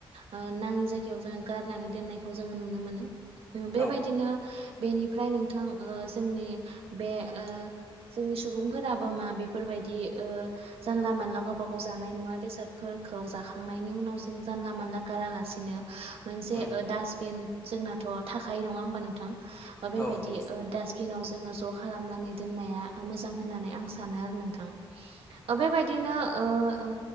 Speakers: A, on the right; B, on the left.
A: ओ नाङि जायगायाव जोङो नानै दनायखौ जों नुनो मोनो बेबायदिनो
B: औ
A: बेनिफ्राय नोंथां ओ जोंनि बे ओ जोंनि सुबुंफोराबो मा बेफोरबायदि ओ जानला मानला गावबा गाव जानाय मुवा बेसादफोर जाखांनायनि उनाव जों जानला मानला गारालासिनो मोनसे
B: उम
A: ओ डास्टबिन जोंनाथ' थाखायो नङा होमबा नोंथां ओ बेबायदि
B: औ नंगौ नोंथां
A: ओ दासबिनाव जोङो ज' खालामनानै दोननाया मोजां होननानै आं सानो आरो नोंथां ओ बेबायदिनो ओ ओ